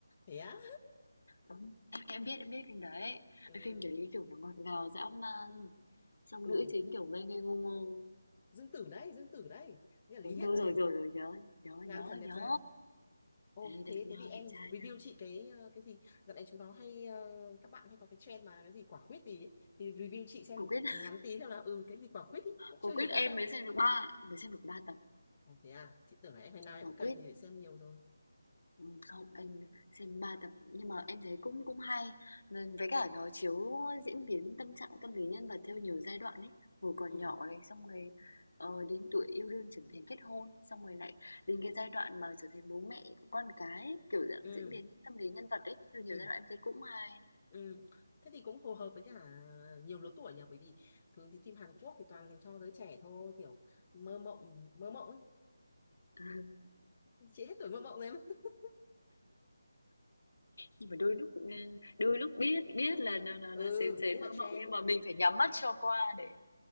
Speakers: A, on the left; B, on the left.
A: Thế á?
B: Đúng. Em em biết em biết phim đấy.
A: Ừ,
B: Cái phim đấy kiểu nó ngọt ngào dã man. Xong
A: ừ,
B: nữ chính kiểu ngây ngây ngô ngô.
A: Dương Tử đấy, Dương Tử đấy, như là Lý
B: Đúng
A: Hiện
B: đâu
A: đấy,
B: rồi rồi rồi nhớ nhớ
A: nam
B: nhớ
A: thần đẹp
B: nhớ.
A: trai. ô
B: Ê,
A: thế
B: đẹp nha,
A: thế thì em
B: đẹp
A: review
B: trai nha.
A: chị cái ờ, cái gì? Dạo này chúng nó hay ờ, các bạn hay có cái trend mà cái gì quả quýt gì ấy. Thì review chị xem
B: Quả
A: một
B: quyết <laughs>
A: ngắn tí thôi là ừ cái gì quả quýt ấy, cũng
B: quả
A: chưa hiểu
B: quyết em
A: tại sao.
B: mới xem được ba mới xem được ba tập.
A: Ồ thế à, chị tưởng là em hay nào em
B: Quả
A: cũng cày
B: quyết
A: thì để xem nhiều rồi.
B: Ừm, không, anh xem 3 tập nhưng mà em thấy cũng cũng hay. Nên với cả nó chiếu diễn biến tâm trạng tâm lý nhân vật theo nhiều giai đoạn ấy. Hồi còn
A: Ừ,
B: nhỏ này xong rồi ờ, đến tuổi yêu đương trưởng thành kết hôn, xong rồi lại đến cái giai đoạn mà trở thành bố mẹ có con cái, ấy, kiểu dạng
A: ừ,
B: diễn biến tâm lý nhân vật ấy theo nhiều
A: ừ.
B: giai đoạn em thấy cũng hay.
A: Ừ. Thế thì cũng phù hợp với cả nhiều lứa tuổi nhỉ bởi vì thường thì phim Hàn Quốc thì toàn dành cho giới trẻ thôi kiểu mơ mộng mơ mộng ấy
B: <laughs>
A: chị hết tuổi mơ mộng rồi em <laughs>
B: Nhưng mà đôi lúc ừ, đôi lúc biết biết là nó nó
A: ừ
B: nó xém xém
A: biết là
B: mơ
A: trend
B: mộng nhưng mà mình phải nhắm mắt cho qua để